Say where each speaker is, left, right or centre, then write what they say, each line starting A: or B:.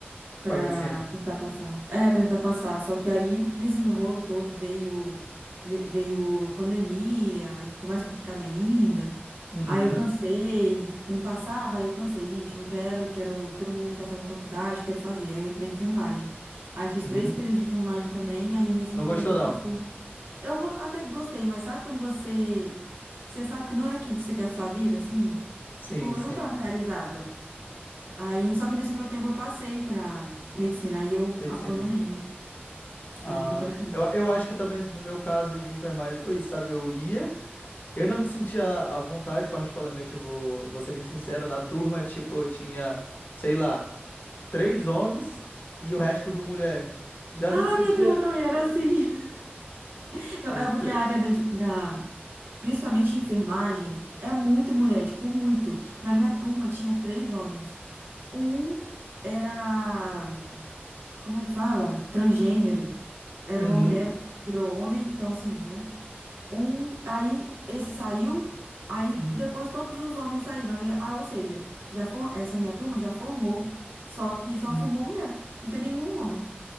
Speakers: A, on the right (about 65°); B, on the left (about 50°).
A: para
B: Pra medicina?
A: tentar passar. É, para tentar passar. Só que aí, nesse rolo todo, veio, ve- veio pandemia, aí ficou mais complicado ainda.
B: Uhum,
A: Aí eu cansei, eu não passava, aí eu cansei, gente, não quero, quero, todo mundo tá fazendo faculdade, quero fazer. Aí eu entrei em enfermagem. Aí fiz
B: uhum.
A: três períodos de enfermagem também, aí nesse
B: Não
A: meio
B: gostou,
A: tempo eu
B: não?
A: passei. Eu go- até que gostei, mas sabe quando você, você sabe que não é aquilo que você quer a sua vida, assim?
B: Sim,
A: Tipo,
B: sim.
A: eu não tava realizada. Aí, só que nesse meu tempo eu passei pra medicina, aí eu
B: Medicina.
A: abandonei, né?
B: Ah,
A: Aí eu vim pra cá.
B: eu, eu acho que também no meu caso de enfermagem foi isso, sabe? Eu ia, eu não me sentia à vontade, particularmente, eu vou, vou ser bem sincero, na turma, tipo, eu tinha, sei lá, três homens e o resto tudo mulher. Já
A: Ah,
B: não me sentia.
A: minha turma também era assim. <laughs> Eu-
B: Ente-
A: é porque a área da, da- principalmente enfermagem, é muito mulher, tipo, muito. Na minha turma tinha três homens. Um era, como é que fala? Transgênero. Era
B: Uhum.
A: uma mulher, virou homem, então assim, né? Um, aí esse saiu, aí
B: uhum.
A: depois todos os homens saíram. Aí, ah, ou seja, já for, essa minha turma já formou, só que só
B: uhum.
A: formou mulher. Não tem nenhum homem.